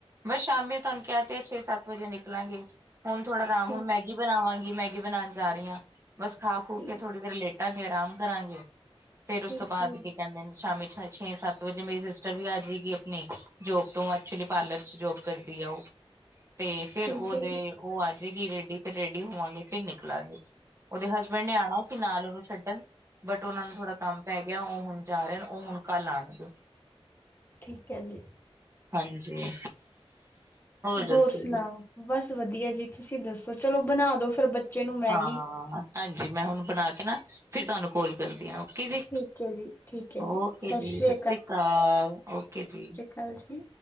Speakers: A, on the right; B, on the left.
A: ਬਸ ਸ਼ਾਮੀ ਤੁਆਨੂੰ ਕਿਆ ਤੇ ਹੈ ਛੇ ਸੱਤ ਵਜੇ ਨਿਕਲਾਂਗੇ। ਹੁਣ ਥੋੜਾ ਆਰਾਮ
B: ਅੱਛਾ
A: ਹੁਣ ਮੈਗੀ ਬਣਾਵਾਂਗੀ ਮੈਗੀ ਬਣਾਣ ਜਾ ਰਹੀ ਆਂ। ਬਸ ਖਾ ਖੂ
B: ਜੀ
A: ਕੇ ਥੋੜ੍ਹੀ ਦੇਰ ਲੇਟ ਕੇ ਆਰਾਮ ਕਰਾਂਗੇ। ਫੇਰ
B: ਠੀਕ
A: ਉਸ ਤੋਂ ਬਾਅਦ
B: ਹੈ ਜੀ
A: ਕੀ ਕਹਿੰਦੇ ਨੇ ਸ਼ਾਮੀ ਛੇ ਸੱਤ ਸੱਤ ਵਜੇ ਮੇਰੀ ਸਿਸਟਰ ਵੀ ਆ ਜੇਗੀ। ਆਪਣੀ ਜੋਬ ਤੋਂ ਐਕਚੁਲੀ ਪਾਰਲਰ ਚ ਜੋਬ ਕਰਦੀ ਆ। ਓ ਤੇ ਫੇਿਰ
B: ਠੀਕ
A: ਉਹਦੇ
B: ਹੈ ਜੀ
A: ਓ ਆ ਜੇਗੀ ਰੈਡੀ, ਫਿਰ ਰੈਡੀ ਹੋਵਾਂਗੇ ਫਿਰ ਨਿਕਲਾਂਗੇ ਉਹਦੇ ਹਸਬੈਂਡ ਓਨ੍ਹਾ ਨੇ ਆਂਣਾ ਸੀ ਨਾਲ ਉਹਨੂੰ ਛੱਡਣ ਬਟ ਉਹਨਾਂ ਨੂੰ ਥੋੜਾ ਕੰਮ ਪੈ ਗਿਆ। ਉਹ ਹੁਣ ਜਾ ਰਹੇ ਨੇ ਉਹ ਹੁਣ ਕੱਲ ਆਣਗੇ।
B: ਠੀਕ ਐ ਜੀ।
A: ਹਾਂਜੀ। ਦੱਸੋ
B: ਹੋਰ ਸੁਣਾਓ?
A: ਜੀ।
B: ਬਸ ਵਧੀਆ ਜੀ ਤੁਸੀਂ ਦੱਸੋ? ਚਲੋ ਬਣਾ ਦੋ ਫਿਰ ਬੱਚੇ ਨੂੰ ਮੈਗੀ
A: ਹਾਂ, ਹਾਂਜੀ ਮੈਂ ਹੁਣ ਬਣਾ ਕੇ ਨਾ ਫਿਰ ਤੁਹਾਨੂੰ ਕੋਲ ਕਰਦੀ ਆ। ਓਕੇ ਜੀ
B: ਠੀਕ ਹੈ ਜੀ ਠੀਕ ਹੈ ਜੀ
A: ਓਕੇ
B: ਸਤਿ
A: ਜੀ
B: ਸ੍ਰੀ
A: ਸਸ ਸ਼੍ਰੀ ਅਕਾਲ ਓਕੇ ਜੀ।
B: ਕਾਲ ਜੀ।